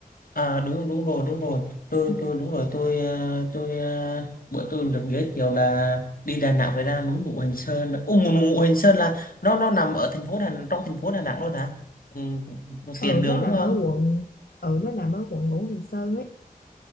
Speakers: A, on the left (about 70°); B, on the left (about 85°).
A: à, đúng đúng rồi đúng rồi tôi
B: ừ.
A: tôi đúng rồi tôi ờ, tôi ờ, bữa tôi được giới thiệu là đi Đà Nẵng phải ra núi Ngũ Hành Sơn. Ồ, Ngũ Ngũ Hành Sơn là nó nó nằm ở thành phố Đà trong thành phố Đà Nẵng luôn hả? Ừ, ừ,
B: ừ
A: tiền đường
B: nó nằm
A: đúng không?
B: ở quận ừ nó nằm ở quận Ngũ Hành Sơn ấy